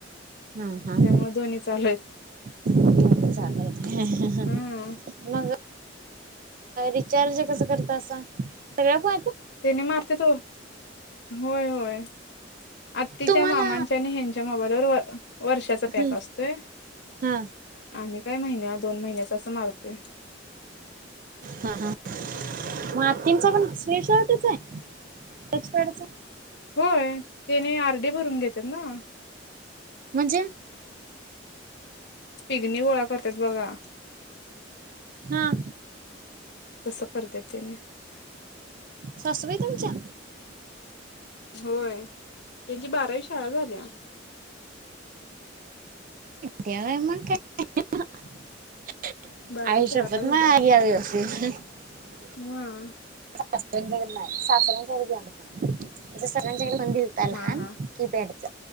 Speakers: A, on the right; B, on the left.
A: हा हा <inaudible>
B: त्यामुळे दोन्ही चालू आहेत.
A: चालू हायत होय
B: हम्म.
A: मग रिचार्ज कस करत <inaudible> असा सगळ्या फो
B: तेनी मारतेत <unintelligible> होय होय अत्तीच्या
A: तुम्हाला
B: मामांच्या आणि हेन मोबाईलवर वर्षाचा पॅक
A: हा
B: असतोय
A: हा
B: आम्ही काय महिन्यात दोन महिन्याच असं मारतोय
A: ह मग आतिंचा पण स्क्रीन शॉटच आहे टचपॅडचा
B: होय त्याने आर डी भरून घेत्यात ना
A: म्हणजे
B: पिगणी गोळा करत्यात बघा
A: हा
B: तस करत्यात त्यांनी
A: सासुबाई तुमच्या?
B: होय त्यांची बारावी शाळा झालिया
A: त्या मग काय? <inaudible>
B: बारावी
A: आई
B: शाळा
A: शप्पथ!
B: झाल्या
A: मग <unintelligible>
B: हम
A: सासऱ्यांच्या कड नाही सासऱ्यांच्याकड भी आयफोन आहे म्हणजे सगळ्या <unintelligible> दिलता लहान
B: हा हा
A: कीपॅड चा